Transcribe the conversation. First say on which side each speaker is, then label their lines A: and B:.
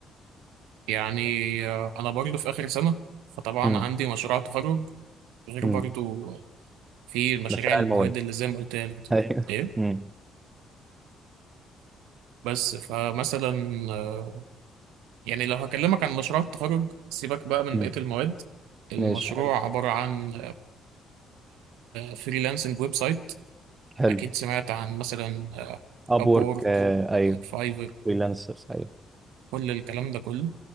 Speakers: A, on the right (about 75°); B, on the right (about 25°).
A: يعني آه، انا برضه في اخر سنة فطبعا
B: امم
A: عندي مشروع تخرج غير
B: امم
A: برضه في المشاريع
B: مشاريع
A: المواد
B: المواد
A: اللي زي ما قلت لك دي.
B: ايوه
A: ايه
B: امم
A: بس فمثلا آه، يعني لو هكلمك عن مشروع التخرج سيبك بقى من
B: امم
A: بقية المواد المشروع
B: ماشي حلو
A: عبارة عن فريلانسنج ويب سايت
B: حلو
A: أكيد سمعت عن مثلا
B: اب
A: أبورك
B: وورك آه ايوه
A: فايفر
B: فريلانسرز ايوه
A: كل الكلام ده كله